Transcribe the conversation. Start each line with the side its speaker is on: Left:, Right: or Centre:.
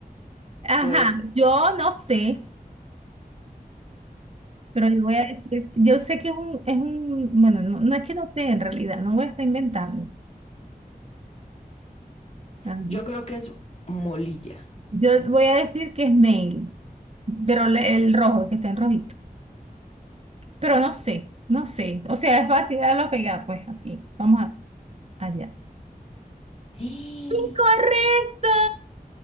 Right: Ajá,
Left: Pues
Right: yo no sé, pero yo voy a decir, yo sé que es un, es un, bueno, no, no es que no sé en realidad, no voy a estar inventando. Ah,
Left: yo creo que es Molilla.
Right: Yo voy a decir que es mail, pero le- el rojo, el que está en rojito. Pero no sé, no sé. O sea, es para tirarlo a pegar, pues así. Vamos a- allá.
Left: <gasps> ¡Eh!
Right: ¡Incorrecto!